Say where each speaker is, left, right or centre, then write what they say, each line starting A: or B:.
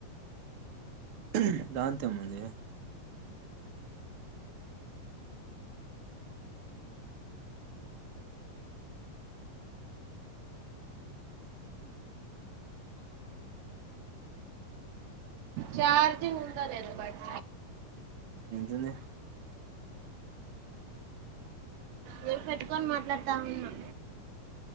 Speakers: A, on the right; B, on the right.
A: త దాంత అమ్మంది
B: చార్ ఉందొ లేదో బట్
A: ఎంతుంది
B: నేను పెట్టుకొని మాట్లాడతా ఉన్నా